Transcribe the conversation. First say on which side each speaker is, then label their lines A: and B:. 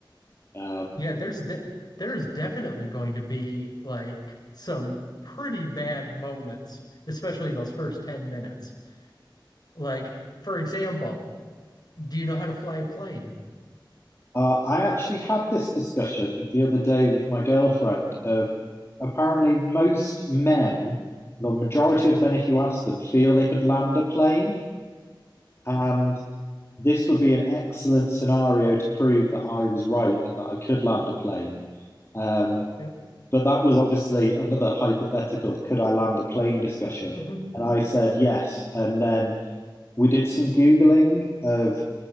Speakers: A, on the left; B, on the left.
A: Um,
B: yeah there's de- there's definitely going to be like some pretty bad moments especially in those first 10 minutes like for example do you know how to fly a plane
A: uh, I actually had this discussion the other day with my girlfriend of apparently most men, the majority of men, if you ask them, feel they could land a plane. And this would be an excellent scenario to prove that I was right and that I could land a plane. Um,
B: Yeah.
A: but that was obviously another hypothetical, could I land a plane discussion?
B: Mhm.
A: And I said yes. And then we did some Googling of